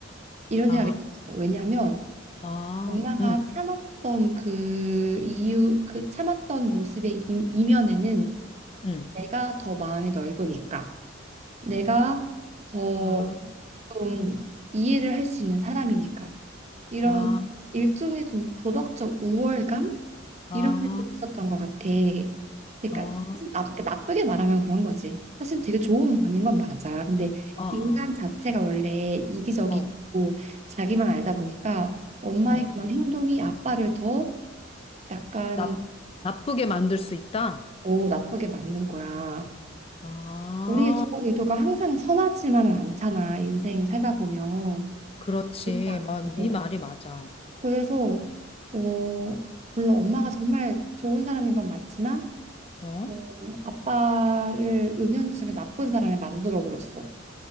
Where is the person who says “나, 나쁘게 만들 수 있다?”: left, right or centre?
Left